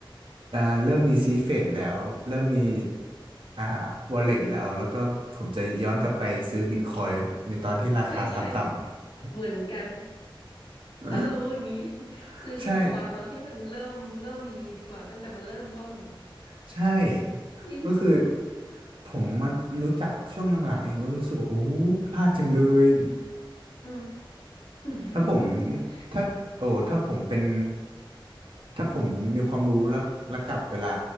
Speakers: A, on the right (about 75°); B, on the left (about 75°).
A: อ่าเริ่มมีซีดเฟดแล้วเริ่มมีอ่าวอลเล็ตแล้วแล้วก็ผมจะย้อนกลับไปซื้อบิตคอยน์ในตอนที่ราคาต่ำ
B: ใช่ใช่เหมือนกัน
A: ๆ
B: ถ้ารู้อย่างนี้ <laughs>
A: <laughs>
B: ซื้อบิตคอยน์ตอนที่มันเริ่มเริ่มมีดีกว่าตั้งแต่มันเริ่มต้นน่ะ
A: ใช่ใช่ก็คือ
B: พี่
A: ผมมารู้จักช่วงหลังๆเองก็รู้สึกว่าโอ้พลาดจังเลย
B: อืม <laughs>
A: ถ้าผมถ้าโอ้ถ้าผมเป็นถ้าผมมีความรู้แล้วแล้วกลับเวลา